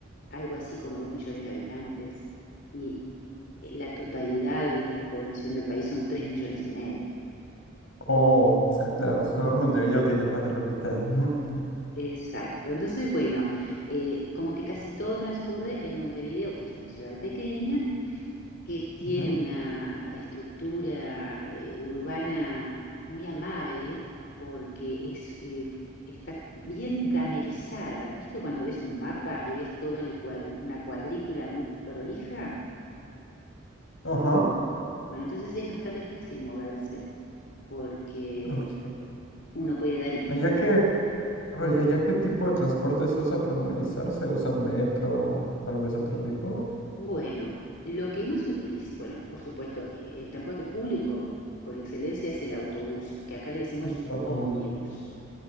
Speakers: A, on the left; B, on the left.
A: algo así como dos millones de habitantes, y la totalidad de la población del país son tres millones y medio.
B: Oh, o sea, claro, solo Montevideo tiene más de la mitad. <laughs>
A: Exacto. Entonces, bueno, eh, como que casi todo transcurre en Montevideo, que es una ciudad pequeña, que tiene
B: Ujú.
A: una estructura eh, urbana muy amable porque es, eh, está bien damerizada. ¿Viste cuando ves un mapa y ves todo el cua- una cuadrícula muy prolija?
B: Ajá,
A: Bueno, entonces es bastante fácil moverse porque
B: ok.
A: uno puede dar... i-
B: ¿Allá
A: eh,
B: qué, ay, allá qué tipo de transporte se usa para movilizarse? ¿Usan metro, tal vez otro tipo?
A: bueno, lo que más utiliza, bueno, por supuesto, eh, el transporte público por excelencia es el autobús, que acá le decimos
B: El autobús.
A: ómnibus.